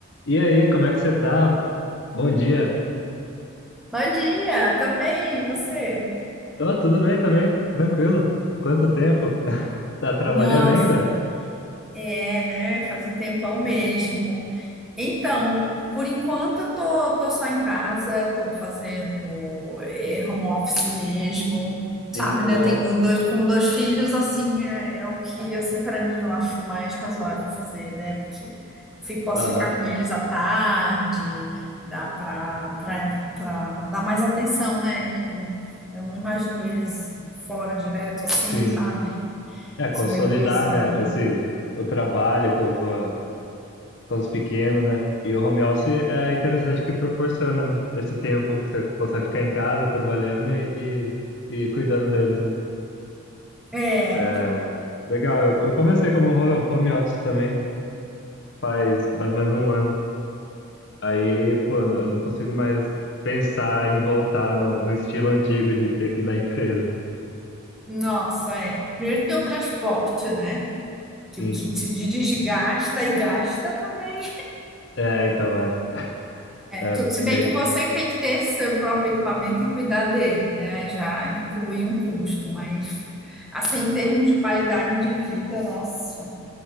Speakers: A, on the left; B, in the centre.
A: E aí, como é que você tá? Bom dia.
B: Bom dia, também, e você?
A: Tô, tudo bem também, tranquilo. Quanto tempo? <laughs> Tá trabalhando
B: Nossa,
A: ainda?
B: é, né? Faz um tempão mesmo. Então, por enquanto eu tô, tô só em casa, tô fazendo eh, home office mesmo,
A: Sim,
B: sabe, né?
A: bom.
B: Tenho dois com dois filhos, assim, é, é o que assim para mim eu acho mais razoável fazer, né? Porque eu fico- posso
A: Aham,
B: ficar com eles à tarde, dá para para dar mais atenção, né? Que eu, eu não imagino eles fora direto assim,
A: sim.
B: sabe?
A: É,
B: Eu
A: consolidar,
B: sou meio mãezona.
A: né, esse, o trabalho com, com, a- com os pequenos, né? E o home office é interessante que proporciona, né? Esse tempo que você consegue ficar em casa trabalhando e, e, e cuidando deles, né?
B: É,
A: É, legal, eu, eu comecei como home home office também, faz mais ou menos um ano. Aí, pô, eu não eu não consigo mais pensar em voltar no, no estilo antigo de ter que ir na empresa.
B: nossa, é. Primeiro tem o transporte, né? que,
A: <laughs> Sim.
B: que te desgasta e gasta também.
A: É, então, é.
B: É
A: É,
B: tudo, se bem
A: bem,
B: que você que tem que ter seu próprio equipamento e cuidar dele, né? Aí já inclui um custo, mas assim, em termos de qualidade de vida, nossa,